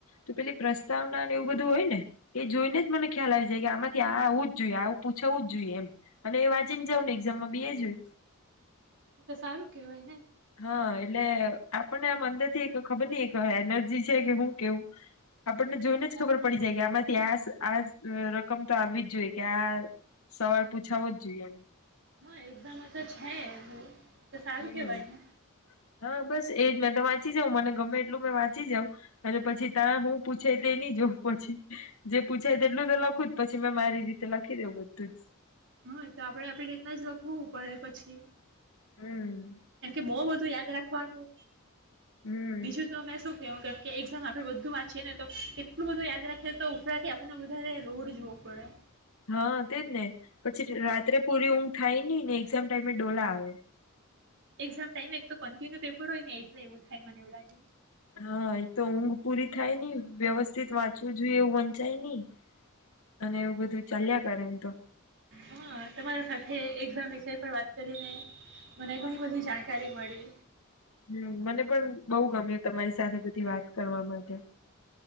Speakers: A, on the left (about 80°); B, on the right (about 60°).
A: તો પેલી પ્રસ્તાવના એવું બધું હોય ને એ જોઈને જ મને ખ્યાલ આવી જાય કે આમાંથી આ આવું જ જોઈએ આવું પૂછવું જ જોઈએ એમ અને એ વાંચીને જાવ ને એક્ઝામમાં બેી એ જ હોય.
B: તો સારું કેવાય ને
A: હા એટલે આપણને આમ અંદર થી એક ખબર ની એક એનર્જી છે કે હું કેવું આપણને જોઈને જ ખબર પડી જાય આમાં ત્યાં આ રકમ તો આવવી જ જોઈએ કે આ સવા પૂછાવો જ જોઈએ
B: હા એક્ઝામમાં તો છે હું તો સાર
A: હમ
B: કેવાય ને
A: હા બસ એજ મેં તો વાંચી જાઉં મને ગમે એટલું મે વાંચી જાઉ અને પછી ત્યાં હું પૂછાય તે ન જોઉં પછી જે પૂછાય તે એટલું તો લખું જ પછી મેં મારી રીતે લખી દઉ બધું જ
B: હ તો આપડે આપણી રીતના જ લખવું પડે પછી
A: હું
B: કેમકે બહ બધું યાદ રાખવાનું
A: હમ
B: બીજું તો મેમે શું કેવું કેમકે આપણે બધું વાંચીએ ને તો કેટલું બધું યાદખએ તો ઉપરાથી આપને વધારે રોડ જોવો પડે
A: હા તેજ ને પછી રાત્રે પૂરી ઊંઘ થાય નહ ને સેમ ટાઈમે ડોલા આવે
B: એક્ઝામ ટાઈમ એક તો કન્ટિન્યુ પેપર હોય ને એટલે એવું થાય મને એવું લાગે
A: હા આતો હ પૂરી થાય ને વ્યવસ્થિત વાત ું જોઈ એવું વંચાય નહી અને એવું બધું ચાલ્યા કરે તો
B: હા તમારા સાથે એામ ક પણ વાત કરીને મને ઘણી બધી જાણકારી મળી
A: હમ મને પણ બહુ ગમ્યું તમારી સાથે બધી વાત કરવા માટે